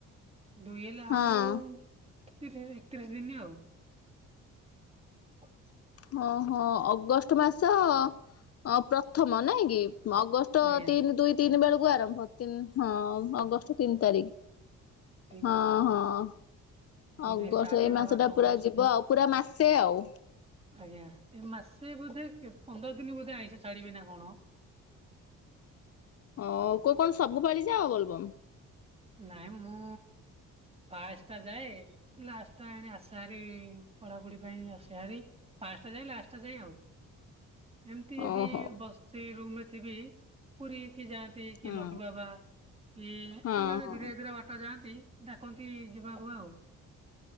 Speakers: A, on the right; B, on the left.
A: ଦୁଇ ହେଲେ ଆଉ
B: ହଁ
A: ତିରିଶ, ଏକତିରିଶ ଦିନ ଆଉ <inaudible>
B: ହଁ ହଁ ଅଗଷ୍ଟ ମାସ ଅ ପ୍ରଥମ ନାଇଁ କି? ଅଗଷ୍ଟ
A: ଆଜ୍ଞା
B: ତିନି ଦୁଇ ତିନି ବେଳକୁ ଆରମ୍ଭ ତିନି ହଁ ଅଗଷ୍ଟ ତିନି ତାରିଖ
A: ତିନି
B: ହଁ
A: ଷ୍ଟାର୍ଟ
B: ହଁ।
A: ତିନି
B: ଅଗଷ୍ଟ
A: ଷ୍ଟାର୍ଟ
B: ଏଇ
A: ବାବା
B: ମାସଟା
A: ଚନ୍ଦ୍ରଶେଖର
B: ପୁରା ଯିବ ଆଉ ପୁରା ମାସେ ଆଉ।
A: ଆଜ୍ଞା ଏ ମାସେ ବୋଧେ କେ ପନ୍ଦର ଦିନ ବୋଧେ ଆଇଁଷ ଛାଡିବେ ନା କଣ?
B: ଓ କୋଉ କଣ ସବୁ ପାଳିଯାଅ ବୋଲବମ୍?
A: ନାଇଁ ମୁଁ ଫାଷ୍ଟ ଟା ଯାଏ ଲାଷ୍ଟ ଟା ଏ ଆସେହାରି ପଢାପଢି ପାଇଁ ଆସେହାରି ଫାଷ୍ଟ ଟା ଯାଏଁ ଲାଷ୍ଟଟା ଯାଏଁ ଆଉ। ଏମିତି ଯଦି
B: ଓହୋ
A: ବସିଛି ରୁମ୍ ରେ ଥିବି ପୁରୀ ଖୀ ଯାଆନ୍ତି କି
B: ହଁ
A: ଲଡୁ ବାବା କି ଆଉ
B: ହଁ
A: ଯୁଆଡେ
B: ହଁ
A: ଦୁରିଆ ଦୂରିଆ ବାଟ ଯାଆନ୍ତି ଡ଼ାକନ୍ତି ଯିବାକୁ ଆଉ।